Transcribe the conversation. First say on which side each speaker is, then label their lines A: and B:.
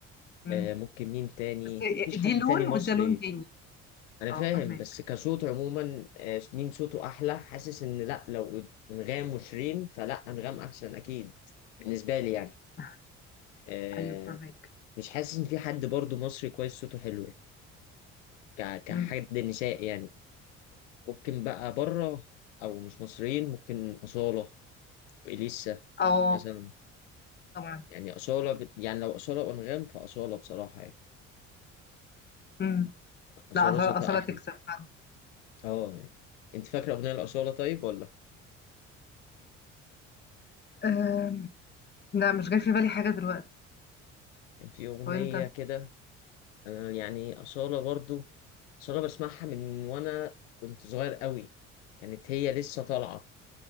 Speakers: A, on the left; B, on the left.
A: أمم.
B: آه، ممكن مين تاني
A: بس
B: مفيش
A: دي
B: حد
A: لون
B: تاني مصري
A: وده لون تاني
B: انا
A: اه
B: فاهم
A: فاهمك
B: بس كصوت عموما آه، مين صوته احلى حاسس ان لا لو انغام وشيرين فلا انغام احسن اكيد بالنسبه لي يعني
A: <laughs>
B: آه،
A: ايوه فاهمك
B: مش حاسس ان في حد برضو مصري كويس صوته حلو يعني ك- كحد
A: أمم.
B: نسائي يعني ممكن بقى بره او مش مصريين ممكن اصاله واليسا
A: اه
B: مثلا
A: طبعا
B: يعني اصاله بت... يعني لو اصاله وانغام فاصاله بصراحه يعني
A: أمم.
B: اصاله
A: لا اصلا
B: صوتها
A: اصلا
B: احلى
A: تكسب فعلا.
B: اه يعني انت فاكره اغنيه الاصاله طيب ولا
A: أم، لا مش جاي في بالي حاجة دلوقتي
B: كان في اغنيه
A: وانت
B: كده أنا يعني اصاله برضو بس انا بسمعها من وانا كنت صغير قوي كانت هي لسه طالعه